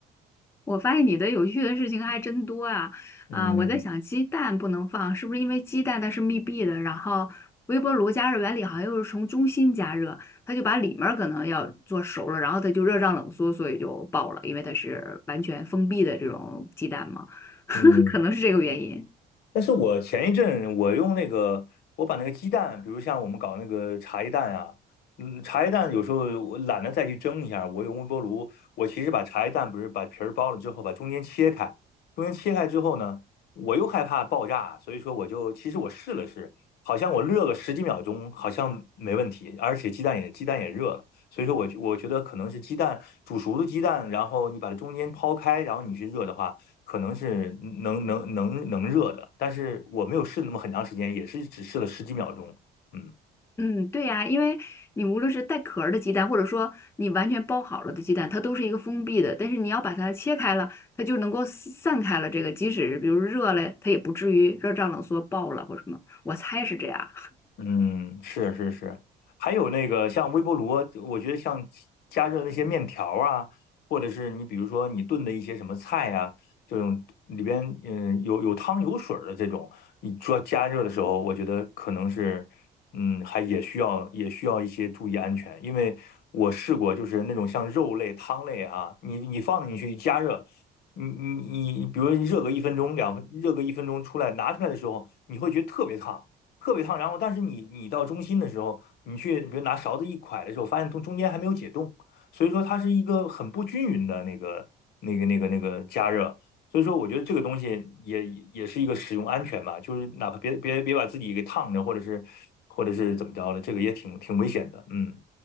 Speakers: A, on the left; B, on the left.
A: 我发现你的有趣的事情还真多啊！
B: 嗯
A: 啊，我在想鸡蛋不能放，是不是因为鸡蛋它是密闭的？然后微波炉加热原理好像又是从中心加热，它就把里面儿可能要做熟了，然后它就热胀冷缩，所以就爆了，因为它是完全封闭的这种鸡蛋嘛，<laughs>
B: 嗯，
A: 可能是这个原因。
B: 但是我前一阵我用那个，我把那个鸡蛋，比如像我们搞那个茶叶蛋啊，嗯，茶叶蛋有时候我懒得再去蒸一下，我用微波炉，我其实把茶叶蛋不是把皮儿剥了之后，把中间切开，中间切开之后呢，我又害怕爆炸，所以说我就其实我试了试，好像我热个十几秒钟，好像没问题，而且鸡蛋也鸡蛋也热了，所以说我我觉得可能是鸡蛋煮熟的鸡蛋，然后你把它中间抛开，然后你去热的话。可能是能能能能热的，但是我没有试那么很长时间，也是只试了十几秒钟。嗯。
A: 嗯，对呀，因为你无论是带壳儿的鸡蛋，或者说你完全包好了的鸡蛋，它都是一个封闭的。但是你要把它切开了，它就能够散散开了。这个即使比如热了，它也不至于热胀冷缩爆了或什么。我猜是这样。
B: 嗯，是是是，还有那个像微波炉啊我觉得像加热那些面条啊，或者是你比如说你炖的一些什么菜啊，这种里边嗯有有汤有水儿的这种，你做加热的时候，我觉得可能是嗯还也需要也需要一些注意安全，因为我试过就是那种像肉类汤类啊，你你放进去一加热。你你你，比如说你热个一分钟、两分，热个一分钟出来，拿出来的时候，你会觉得特别烫，特别烫。然后，但是你你到中心的时候，你去比如拿勺子一㧟的时候，发现从中间还没有解冻，所以说它是一个很不均匀的那个那个那个那个加热。所以说，我觉得这个东西也也是一个使用安全吧，就是哪怕别别别把自己给烫着，或者是或者是怎么着的，这个也挺挺危险的。嗯。